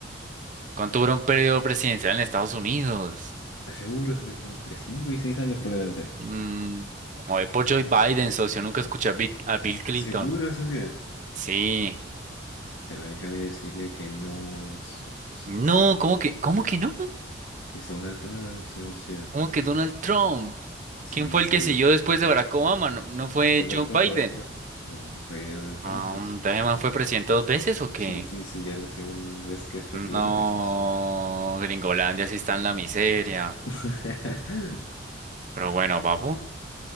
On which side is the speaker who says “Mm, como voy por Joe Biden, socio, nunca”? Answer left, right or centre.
Right